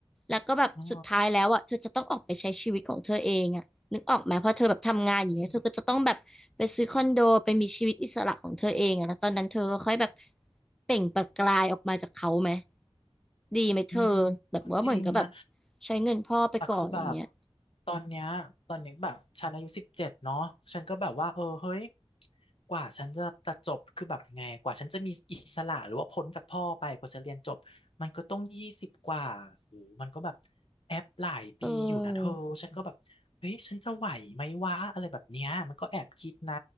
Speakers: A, in the centre; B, on the left (about 60°).
A: แล้วก็แบบสุดท้ายแล้วอ่ะเธอจะต้องออกไปใช้ชีวิตของเธอเองอ่ะ
B: อ๋อ
A: นึกออกไหมเพราะเธอแบบทำงานอย่างเงี้ยเธอก็จะต้องแบบไปซื้อคอนโดไปมีชีวิตอิสระของเธอเองอะแล้วตอนนั้นเธอก็ค่อยแบบ
B: อุ๊ย
A: เปล่งประกายออกมาจากเขาไหมดีไหมเธอแบบว่าเหมือนกับแบบ
B: อืมก็จริงนะ
A: ใช้เงินพ่อไปก่อนอย่างเงี้ย
B: แต่คือแบบ ตอนเนี้ยตอนนี้แบบฉันอายุสิบเจ็ดเนาะฉันก็แบบว่าเออเฮ้ยกว่าฉันจะจะจบคือแบบยังไงกว่าฉันจะมีอิสระหรือว่าพ้นจากพ่อไปกว่าจะเรียนจบ มันก็ต้องยี่สิบกว่าโอ้โหมันก็แบบแอปหลายปีอยู่นะเธอฉันก็แบบเฮ้ยฉันจะไหวไหมวะอะไรแบบเนี้ยมันก็แอบคิดนะ
A: เออ